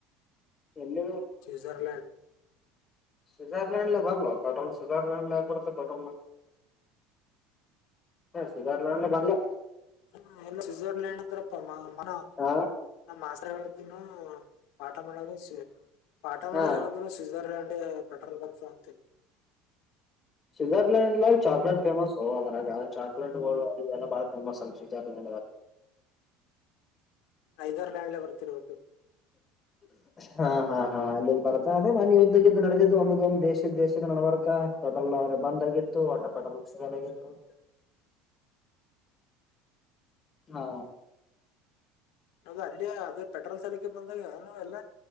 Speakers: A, on the left; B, on the left.
A: ಎಲ್ಲ
B: ಸ್ವಿಜರ್ಲ್ಯಾಂಡ್
A: ಸ್ವಿಜರ್ಲ್ಯ್ ಬರ ಪೆ್ರಲ್ ಸ್ವಿ್ರ್ಲ್ಯಂಡ್ ಬಡ್ತೆ್ರೋಲ್ ಹ ಸಧಾರ್ಲನ್ಲ್ಲ ಬರ್ಲಾ
B: ಹ ಎ ಸ್ವಿಜರ್ಲ್ಯಂಡ್ ಅಂದ್ರಪ್ಪ ಮ
A: ಹಾ
B: ನಮ್ಮ್ ಆಸ್ರೆಗಳ್ದನು ಪಾಠ ಮಾಡದ ಸ ಪಾಠ ಮಾಡ
A: ಹಾ
B: ಹೇಳಿದ್ರು ಸ್ವಿಜರ್ಲ್ಯಂಡ್ ಪೆಟ್ರೋಲ್ ಬರ್ಫು ಅಂತ
A: ಸ್ವಿಜರ್ಲೆಯಂಡ್ ಲಾಗ ಚಾಕ್ಲೇಟ್ ಫೇಮಸ್ು ಅದರಾಗ ಚಾಕ್ಲೇಟ್ ಗಳು ಅಲ್ಲ ಬಾಳ ಫೇಮಸ್ ಅಲ್ ಸುಜಾತ
B: ಐದ್ ಲ್ಯಂಡ್ ಲೆ ಬರ್ತಿರ್ರಬೇಕು
A: ಹಾ ಹಾ ಹಾ ಅಲ್ಲಿಲ್ಲಿ ಬರ್ತಾ ಅದೆ ಮನ ು ನಡೆದಿದ್ದು ಒಂದ್ ಒಂದು ದೇಶದ ದೇಶದ ನಡಬಾರ ಪೆಟ್ರೋಲ್ ಆದ್ರೆ ಬಂದ ಆಗಿತ್ತು ವಟ ಪೆಟ್ರೋಲ್ ಹಾ
B: ನಾಗ ಅಲ್ಲಿ ಅದೇ ಪೆಟ್ರೋಲ್ ಸಲಕೆ ಬಂದಾಗ ಎಲ್ಲ